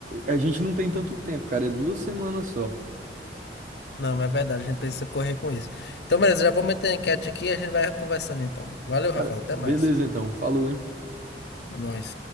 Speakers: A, on the right; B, on the left.
A: a gente não tem tanto tempo, cara, é duas semanas só.
B: Não, mas é verdade, a gente precisa correr com isso. Então, beleza, já vou meter a enquete aqui e a gente vai conversando então. Valeu,
A: Cara,
B: Rafael, até
A: beleza
B: mais.
A: então. Falou, hein?
B: É nóis.